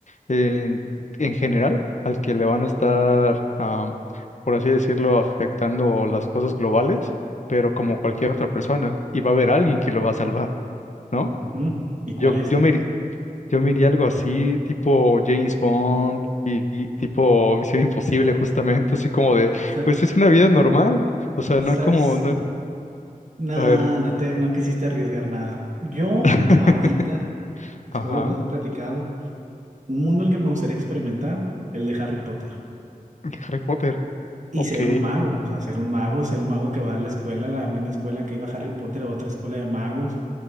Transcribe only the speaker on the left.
en, en general al que le van a estar, ah, por así decirlo, afectando las cosas globales, pero como
cualquier otra persona, y va a haber alguien que lo va a salvar. ¿no?
Yo,
yo me, iri- yo me iría algo así, tipo James Bond y, y tipo Misión Imposible, justamente, así como de,
pues es una vida normal, o sea,
no como, no-
a ver,
<laughs>
ajá,
Harry Potter,
ok,